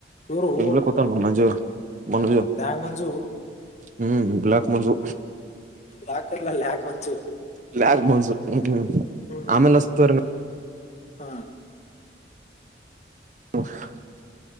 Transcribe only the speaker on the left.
ಇವ್ರು
ಲ್ಯಾಗ್ ಮಂಜು
ಯಾಕರ್ಲ ಅಲ್ಲ ಯಾಕೆ ಮಂಜು
ಹ್ಮ್
ಹಾ